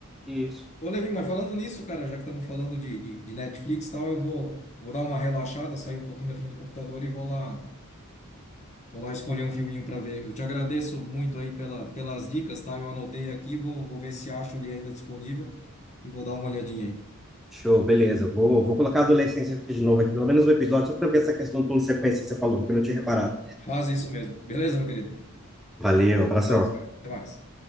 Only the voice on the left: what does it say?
Ô, Levi, mas falando nisso, cara, já que estamos falando de, de, de Netflix e tal, eu vou, vou dar uma relaxada, sair um pouquinho da frente do computador e vou lá, vou lá escolher um filminho para ver. Eu te agradeço muito aí pela, pelas dicas, tá? Eu anotei aqui, vou, vou ver se acho ali ainda disponível e vou dar uma olhadinha aí.
Faz isso mesmo. Beleza, meu querido?
Abraço, cara. Até mais.